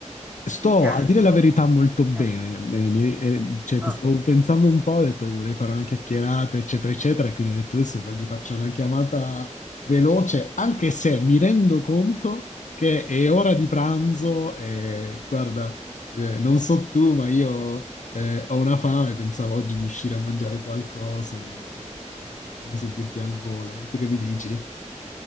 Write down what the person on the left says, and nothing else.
Sto,
a dire la verità, molto bene.
Eh, mi ri- eh, cioè, ti
stavo pensando un po', ho detto vorrei fare una chiacchierata, eccetera, eccetera, e quindi ho detto adesso gli faccio una chiamata veloce, anche se mi rendo conto che è ora di pranzo e guarda, eh, non so tu, ma io eh, ho una fame, pensavo oggi di uscire a mangiare qualcosa, e quindi volevo sentirti al volo. E tu che mi dici?